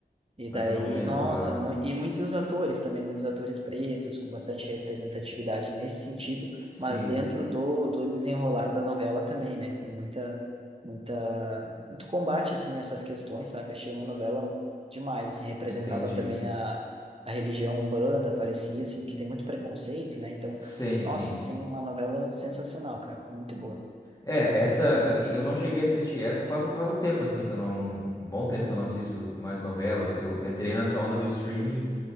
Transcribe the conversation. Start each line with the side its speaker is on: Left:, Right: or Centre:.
Right: E
Left: mas
Right: daí,
Left: eu não lembro
Right: nossa,
Left: agora, não.
Right: mu e muitos atores também, muitos atores pretos, com bastante representatividade nesse sentido,
Left: Sim,
Right: mas dentro do, do desenrolar da novela também, né? Com muita, muita, muito combate, assim, a essas questões, sabe? Achei uma novela demais, assim, representava
Left: entendi.
Right: também a, a religião Umbanda, parecia, assim, que tem muito preconceito, né? Então,
Left: Sim,
Right: nossa,
Left: sim.
Right: assim, uma novela sensacional, cara, muito boa.
Left: É, essa, assim, eu não cheguei a assistir essa faz, um- faz um tempo, assim, que eu não. Bom tempo
Right: Uhum.
Left: que eu não assisto mais novela. Eu entrei nessa onda do streaming